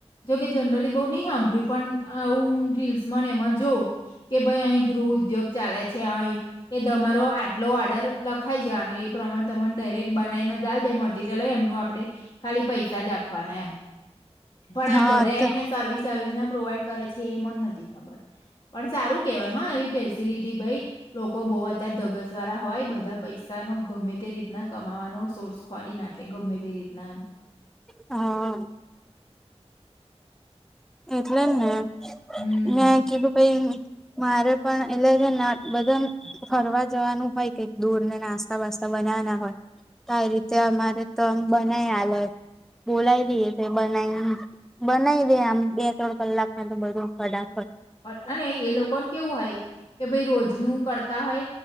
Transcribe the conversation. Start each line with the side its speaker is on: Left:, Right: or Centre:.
Left: જોકે જનરલી બઉ નહી સાંભળ્યું પણ આવું રીલ્સમાં એમાં જો કે ભાઈ અહી ગુ ઉદ્યોગ ચાલે છે અહી કે તમારો આટલો ઓર્ડર લખાઈ જવાનો એ પ્રમાણે તમને બનાઈને જાલ દે મટીરીયલ એમનું આપડે ખાલી પૈસા જ આપવાના એમ. પણ આ
Centre: હા
Left: ઘરે આઈને
Centre: તો
Left: સર્વિસ આવી રીતના પ્રોવાઈડ કરે છે એ મન નથી ખબર. પણ સારું કેવાય હા એવી ફેસિલિટી ભાઈ લોકો બહુ ધગસ વાળા હોય બધા પૈસા નો ગમે તે રીતના કમાવાનો સોર્સ ખોરી નાખે ગમે તે રીતના એમ
Centre: હા. એટલે ને
Left: હમ
Centre: મેં કીધું પાઈ મારે પણ એટલે જે બધા ફરવા જવાનું હોય કે દૂર ને નાસ્તા વાસ્તા બનાવવાના હોય તો આ રીતે અમારે તો આમ બનાય આલે બોલાવી દઈએ તો બનાવી બનાવી દે આમ બે ત્રણ કલાક માં તો બધું ખડા
Left: અને એ લોકોને કેવું હોય કે ભાઈ રોજનું કરતા હોય